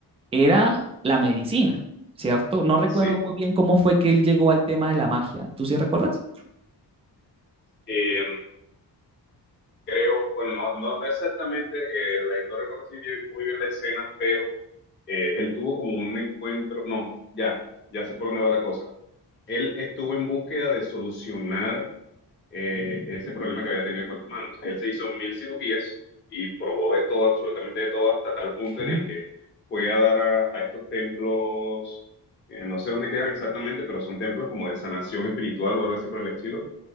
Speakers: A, on the right; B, on the left.
A: era la medicina, ¿cierto? No recuerdo
B: sí.
A: muy bien cómo fue que él llegó al tema de la magia. ¿Tú sí recuerdas?
B: Eh, creo, bueno, no, no, no exactamente, eh, la- no recuerdo si bien- muy bien la escena, pero eh, él tuvo como un encuentro, no, ya, ya sé por dónde va la cosa. Él estuvo en búsqueda de solucionar eh, ese problema que había tenido con las manos. Él se hizo mil cirugías y probó de todo, absolutamente de todo, hasta tal punto
A: Ok,
B: en el que fue a dar a, a estos templos, eh, no sé dónde quedan exactamente, pero son templos como de sanación espiritual o algo así por el estilo